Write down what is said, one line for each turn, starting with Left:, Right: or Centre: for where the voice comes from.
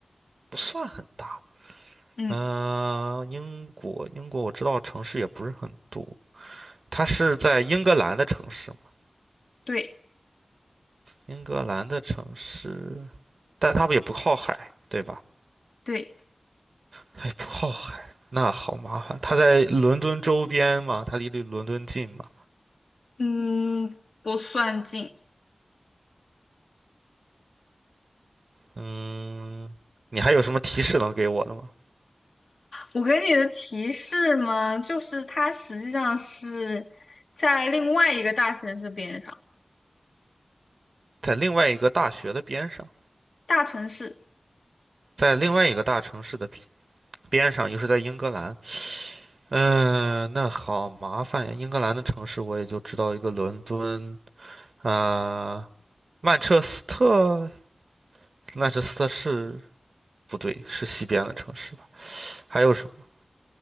Right: 不算很大。
Left: 嗯，
Right: 嗯、英国，英国我知道城市也不是很多，它是在英格兰的城市嘛？
Left: 对
Right: 英格兰的城市，但它不也不靠海，对吧？
Left: 对。
Right: 哎，那好麻烦，它在伦敦周边嘛，它离离伦敦近嘛。
Left: 嗯，不算近。
Right: 嗯，你还有什么提示能给我的吗？
Left: 我给你的提示嘛，就是它实际上是在另外一个大城市边上，
Right: 在另外一个大学的边上，
Left: 大城市
Right: 在另外一个大城市的边上，又是在英格兰。嗯、那好麻烦呀！英格兰的城市我也就知道一个伦敦啊。曼彻斯特，曼彻斯特是不对，是西边的城市吧？还有什么？